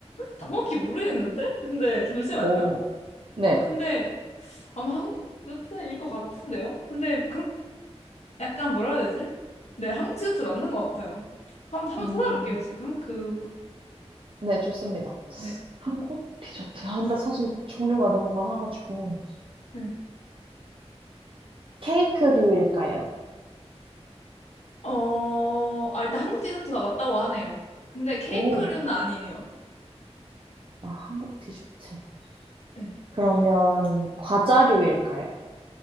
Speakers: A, on the left; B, on the right.
A: 정확히 모르겠는데? 근데 잠시만요.
B: 오, 네.
A: 근데 아마 한국 디저트일 것 같은데요? 근데 그 약간 뭐라 해야 되지? 네, 한국 디저트 맞는 것 같아요. 한, 한번
B: 음,
A: 찾아볼게요, 지금. 그,
B: 네, 좋습니다.
A: 네.
B: 한국 디저트. 아, 근데 사실 종류가 너무 많아가지고.
A: 네.
B: 케이크류일까요?
A: 어, 아, 일단 한국 디저트가 맞다고 하네요. 근데 케이크류는
B: 오,
A: 아니에요.
B: 아, 한국 디저트.
A: 네.
B: 그러면 과자류일까요?